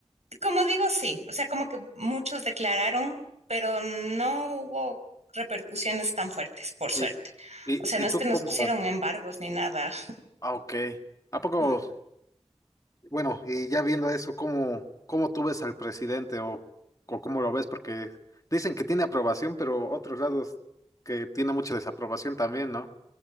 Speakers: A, on the right; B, on the left.
A: como digo, sí. O sea, como que muchos declararon, pero no hubo repercusiones tan fuertes, por suerte.
B: Y, y,
A: O sea, no
B: y
A: es
B: tú
A: que nos
B: como,
A: pusieron embargos ni nada.
B: ah, ok. ¿A poco?
A: <laughs>
B: Bueno, y ya viendo eso, ¿cómo, cómo tú ves al presidente o, o cómo lo ves? Porque dicen que tiene aprobación, pero otros lados que tiene mucha desaprobación también, ¿no?